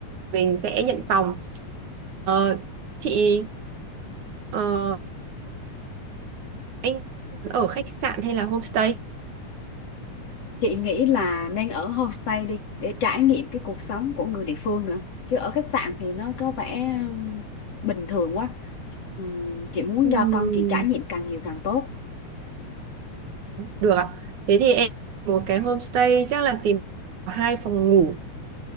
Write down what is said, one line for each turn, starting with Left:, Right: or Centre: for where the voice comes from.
Right: mình sẽ nhận phòng Ờ, chị ờ, anh ở khách sạn hay là homestay
Left: chị nghĩ là nên ở homestay đi để trải nghiệm cái cuộc sống của người địa phương nữa chứ ở khách sạn thì nó có vẻ ừm, bình thường quá Ch- ừm, chị muốn
Right: Ừm,
Left: cho con chị trải nghiệm càng nhiều càng tốt
Right: được ạ thế thì em một cái homestay chắc là tìm hai phòng ngủ